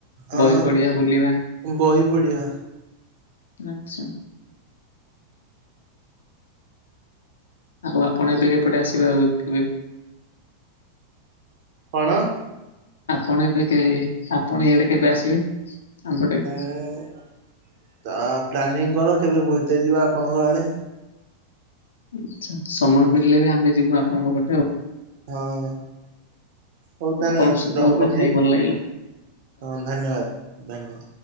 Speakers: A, on the right (about 55°); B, on the left (about 75°).
A: ଅ
B: ବହି ପଢିବା, ବୁଲିବା।
A: ବହି ପଢିବା
B: ଆଚ୍ଛା। ଆଉ ଆପଣ ଏବେ ଏପଟେ ଆସିବେ ଆଉ କେବେ?
A: କଣ?
B: ଆପଣ ଏବେ କେ-ଆପଣ ଇଆଡେ କେବେ ଆସିବେ ଆମ ପଟେ?
A: ଏ ତ ପ୍ଲାନିଂ କର କେବେ ବୁଲତେ ଯିବା ଆପଣଙ୍କ ଆଡ଼େ?
B: ଆଚ୍ଛା ସମୟ ମିଳିଲେ ବି ଆମେ ଯବି ଆପଣଙ୍କ ପଟେ ଆଉ।
A: ହଁ। ହଉ ତାନେ
B: ଆପଣଙ୍କ ସହିତ
A: ରଖୁଚି?
B: କଥା ହେଇ ଭଲ ଲାଗିଲା।
A: ହଁ ଧନ୍ୟବାଦ ଧନ୍ୟବାଦ।